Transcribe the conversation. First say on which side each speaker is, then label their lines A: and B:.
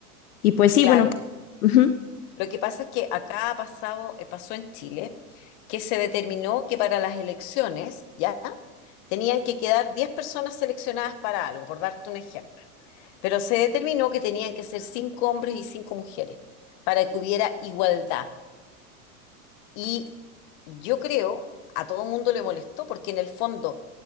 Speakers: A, on the left; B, on the left.
A: Y pues sí,
B: Claro,
A: bueno, ujú,
B: lo que pasa es que acá ha pasado, eh, pasó en Chile, que se determinó que para las elecciones, ¿ya? tenían que quedar 10 personas seleccionadas para algo, por darte un ejemplo. Pero se determinó que tenían que ser 5 hombres y 5 mujeres para que hubiera igualdad. Y yo creo, a todo mundo le molestó, porque en el fondo,